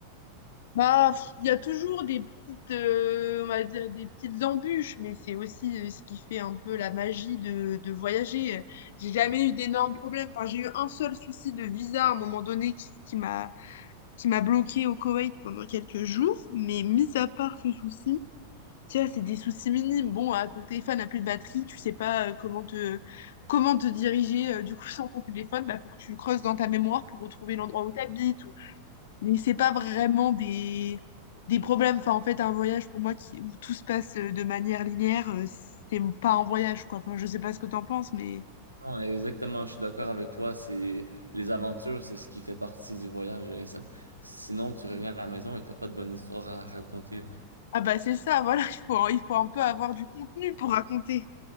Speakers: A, on the left (about 55°); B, on the right (about 85°).
A: Bah, pff, il y a toujours des petites, euh, on va dire des petites embûches, mais c'est aussi euh, ce qui fait un peu la magie de, de voyager. Euh, J'ai jamais eu d'énormes problèmes. Enfin, j'ai eu un seul souci de visa à un moment donné qui, qui m'a, qui m'a bloqué au Koweït pendant quelques jours. Mais mis à part ce souci, tiens, c'est des soucis minimes. Bon, ah, ton téléphone n'a plus de batterie, tu sais pas euh, comment te, comment te diriger. euh, du coup, <laughs> sans ton téléphone, bah, faut que tu creuses dans ta mémoire pour retrouver l'endroit où tu habites mais c'est pas vraiment des, des problèmes. Enfin, en fait, un voyage pour moi qui, où tout se passe euh, de manière linéaire, euh, c'est pas un voyage, quoi. Enfin, je sais pas ce que t'en penses, mais.
B: Non, exactement, je suis d'accord avec toi. C'est les aventures, c'est ce qui fait partie du voyage. hein. Ça- Sinon, tu reviens à la maison et t'as pas de bonne histoire à raconter.
A: Ah bah c'est ça, voilà, <laughs> il faut, il faut un peu avoir du contenu pour raconter.